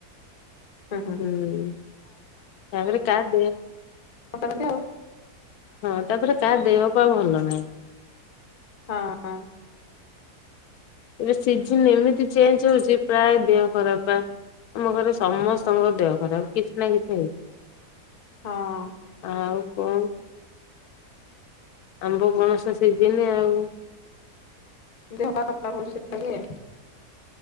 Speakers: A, on the left; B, on the left.
A: ହୁଁ-ହୁଁ
B: ହୁଁ। ତାପରେ କାହା ଦେହ
A: <inaudible>
B: ହଁ ତାପରେ କାହା ଦେହ ପାଆ ଭଲ ନାହିଁ,
A: ହଁ-ହଁ,
B: ଏବେ ସିଜନ ଏମିତି ଚେଞ୍ଜ ହଉଛି ପ୍ରାୟ ଦେହ ଖରାପ୍ ପା, ଆମ ଘରେ ସମସ୍ତଙ୍କ ଦେହ ଖରାପ କିଛି ନା କିଛି ହେଇ,
A: ହଁ,
B: ଆଉ କଁ ଆମ୍ବ ପଣସ ସିଜିନି ଆଉ,
A: ଦେହ ପା ଖରାପ୍ ହଉଛି ସେଇଥିପାଇଁ ଲାଗି ଆଉ,